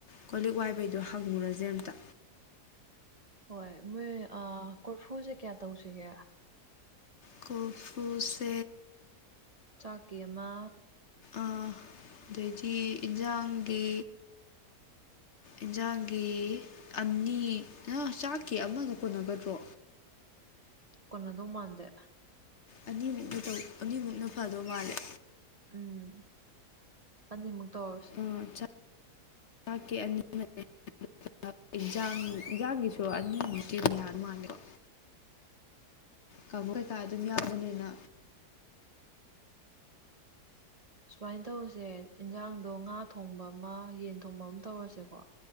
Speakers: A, on the left; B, on the right.
A: ꯀꯣꯂꯤꯛ ꯋꯥꯏꯕꯩꯗꯣ ꯍꯪꯉꯨꯔꯖꯦ ꯑꯝꯇ
B: ꯍꯣꯏ ꯃꯣꯏ ꯑ ꯀꯣꯔꯐꯨꯖꯦ ꯀꯌꯥ ꯇꯧꯁꯤꯒꯦ
A: ꯀꯣꯔꯐꯨꯁꯦ
B: ꯆꯥꯛꯀꯤ ꯑꯃ
A: ꯑ ꯑꯗꯩꯗꯤ ꯏꯟꯖꯥꯡꯒꯤ ꯏꯟꯖꯥꯡꯒꯤ ꯑꯅꯤ ꯅ ꯆꯥꯛꯀꯤ ꯑꯃꯅ ꯀꯣꯟꯅꯒꯗ꯭ꯔꯣ
B: ꯀꯣꯟꯅꯗꯧ ꯃꯥꯟꯗꯦ
A: ꯑꯅꯤꯃꯨꯛꯅ ꯇꯧ ꯑꯅꯤꯃꯨꯛꯅ ꯐꯗꯧ ꯃꯥꯜꯂꯦ
B: ꯎꯝ ꯑꯅꯤꯃꯨꯛ ꯇꯧꯔꯁꯤ
A: ꯑꯥ ꯆꯥꯛꯀꯤ ꯑꯅꯤ ꯑꯃꯅꯦ <unintelligible> ꯏꯟꯖꯥꯡ ꯏꯟꯖꯥꯡꯒꯤ <unintelligible> ꯗꯣ ꯑꯅꯤꯃꯨꯛꯇꯤ ꯑꯗꯨꯝ ꯌꯥꯗꯧ ꯃꯥꯜꯂꯦꯀꯣ ꯀꯥꯡꯕꯨ ꯀꯩꯀꯥ ꯑꯗꯨꯝ ꯌꯥꯎꯕꯅꯤꯅ
B: ꯁꯨꯃꯥꯏ ꯇꯧꯔꯁꯦ ꯏꯟꯖꯥꯡꯗꯣ ꯉꯥ ꯊꯣꯡꯕ ꯑꯃ ꯌꯦꯟ ꯊꯣꯡꯕ ꯑꯃ ꯇꯧꯔꯁꯦꯀꯣ